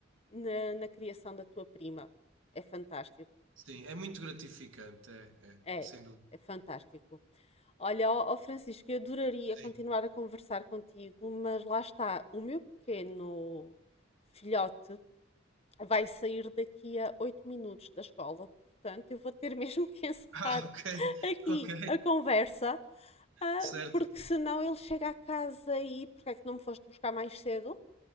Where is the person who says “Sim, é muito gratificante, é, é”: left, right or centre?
Right